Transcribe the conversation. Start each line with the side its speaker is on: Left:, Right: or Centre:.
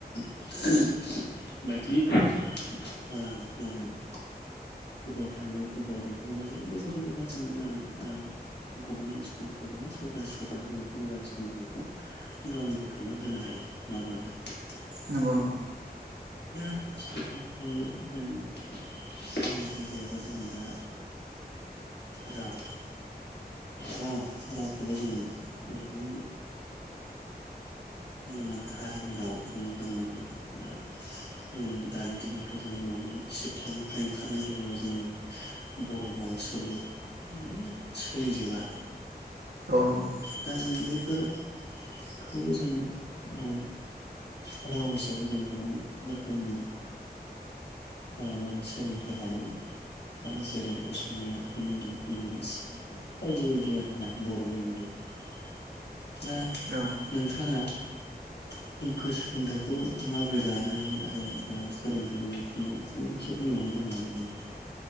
Left: <unintelligible> बायदि मा होनो स्कुलाव थांलाय फैलाय बेफोरखौ मोजां नोजोर होयोबा जों मा होनो ओ गभमेन्ट स्कुलफ्रावबो बा सरकारि स्कुलफ्राव जों मोजां सोलोंथाइखौ गावनि गथनो होनो हायो नङा होनबा नोंथां
Right: नंगौ नंगौ
Left: <unintelligible> दा सोलोंनो थाखाय जों सोलोंथाइ गैयाबा जोंहा दा राव राव रावखौबो जों गोबां माने हारिनि राव जों रोंनांगोन दा जों दानि दिनावथ जों ननि सिथ्लानिफ्राय ओंखारनाय लोगो लोगो जोंनि बर रावा सोलि माने सोलिजोबा
Right: औ नंगौ
Left: दा जों बे <unintelligible> <unintelligible> बेखौबो जों राव राव हिसाबै जों गोबां रोखोमनि मा होनो सोलोंथाइ लानानै दा जेरै असमिया हिन्दी इंलिस बायदि बायदि आरोना बरनि अनगायैबो दा
Right: औ
Left: नोंथाङा गोग्गो सोलोंथाइखौ माबोरै लानो हायो आरो दा सोलोंथाइनि बिथिङाव फंनैसो बुंनानै होनो हागोन ना